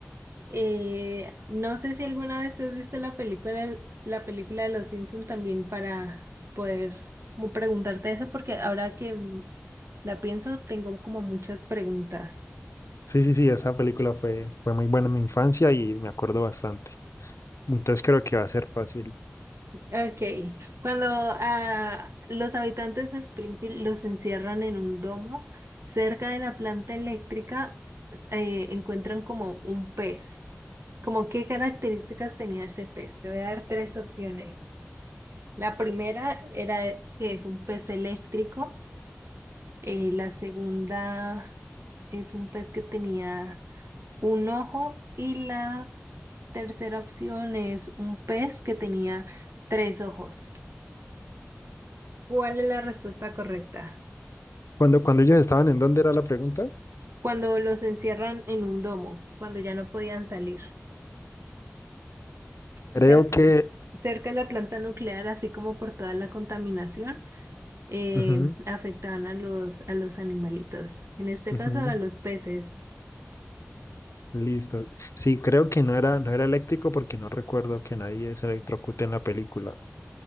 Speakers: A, on the right; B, on the left.
A: Eh, no sé si alguna vez has visto la película, la película de Los Simpson también para poder como preguntarte eso, porque ahora que la pienso, tengo como muchas preguntas.
B: Sí, sí, sí, esa película fue, fue muy buena en mi infancia y me acuerdo bastante. Entonces creo que va a ser fácil.
A: Ok, cuando a los habitantes de Springfield los encierran en un domo, cerca de la planta eléctrica s- eh, encuentran como un pez. Como qué características tenía ese pez? Te voy a dar tres opciones. La primera era que es un pez eléctrico. eh, la segunda es un pez que tenía un ojo. Y la tercera opción es un pez que tenía tres ojos. ¿Cuál es la respuesta correcta?
B: Cuando, cuando ellos estaban, ¿en dónde era la pregunta?
A: Cuando los encierran en un domo, cuando ya no podían salir,
B: Creo
A: o cer-
B: que...
A: cerca de la planta nuclear, así como por toda la contaminación, eh,
B: ujú,
A: afectaban a los, a los animalitos, en este
B: ujú.
A: caso a los peces.
B: Listo. Sí, creo que no era, no era eléctrico porque no recuerdo que nadie se electrocute en la película.